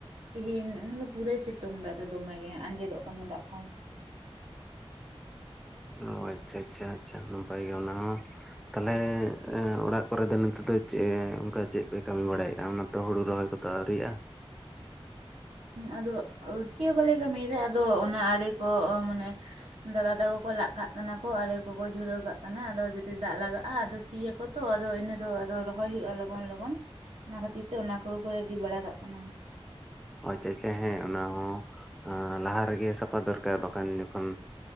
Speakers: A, on the right; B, in the centre.
A: ᱛᱤᱦᱤᱧ ᱚᱱᱟ ᱫᱚ ᱯᱩᱨᱟᱹᱭ ᱥᱤᱛᱩᱝ ᱫᱟᱭ ᱟᱫᱚ ᱫᱚᱢᱮ ᱜᱮ ᱟᱸᱡᱮᱫᱚᱜ ᱠᱟᱱᱟ ᱫᱟᱜ ᱠᱚᱦᱚᱸ ᱾
B: ᱚ ᱟᱪᱪᱷᱟ ᱟᱪᱪᱷᱟ ᱟᱪᱪᱷᱟ ᱱᱟᱯᱟᱭ ᱜᱮ ᱚᱱᱟ ᱦᱚᱸ᱾ ᱛᱟᱦᱚᱞᱮ ᱮᱸ ᱚᱲᱟᱜ ᱠᱚᱨᱮ ᱫᱚ ᱱᱤᱛᱚᱜ ᱫᱚ ᱪᱮᱫ ᱚᱱᱠᱟ ᱪᱮᱫ ᱯᱮ ᱠᱟᱹᱢᱤ ᱵᱟᱲᱟᱭᱮᱫᱼᱟ ᱚᱱᱟᱛᱮ ᱦᱩᱲᱩ ᱨᱚᱦᱚᱭ ᱠᱚᱫᱚ ᱟᱹᱣᱨᱤᱭᱟᱜᱼᱟ ᱾
A: ᱟᱫᱚ ᱪᱮᱫ ᱦᱚᱸ ᱵᱟᱞᱮ ᱠᱟᱹᱢᱤᱭᱫᱟ ᱟᱫᱚ ᱚᱱᱟ ᱟᱲᱮ ᱠᱚ ᱢᱟᱱᱮ ᱫᱟᱫᱟ ᱛᱟᱠᱚ ᱠᱚ ᱞᱟᱜ ᱠᱟᱜ ᱠᱟᱱᱟ ᱠᱚ, ᱟᱲᱮ ᱠᱚᱠᱚ ᱡᱷᱩᱨᱟᱹᱣ ᱠᱟᱜ ᱠᱟᱱᱟ, ᱟᱫᱚ ᱡᱩᱫᱤ ᱫᱟᱜ ᱞᱟᱜᱟᱜ-ᱟ, ᱟᱫᱚ ᱥᱤᱭᱟ ᱠᱚᱛᱚ ᱟᱫᱚ ᱤᱱᱟᱹ ᱫᱚ ᱟᱫᱚ ᱨᱚᱦᱚᱭ ᱦᱩᱭᱩᱜᱼᱟ ᱞᱚᱜᱚᱱ ᱞᱚᱜᱚᱱ ᱾ ᱚᱱᱟ ᱠᱷᱟᱹᱛᱤᱨ ᱛᱮ ᱚᱱᱟ ᱠᱚ ᱠᱚ ᱨᱮᱰᱤ ᱵᱟᱲᱟ ᱠᱟᱜ ᱠᱟᱱᱟ ᱾
B: ᱟᱪᱪᱷᱟ ᱟᱪᱪᱷᱟ, ᱦᱮᱸ ᱚᱱᱟ ᱦᱚᱸ ᱞᱟᱦᱟ ᱨᱮᱜᱮ ᱥᱟᱯᱷᱟ ᱫᱚᱨᱠᱟᱨ, ᱵᱟᱠᱷᱟᱱ ᱡᱚᱠᱷᱚᱱ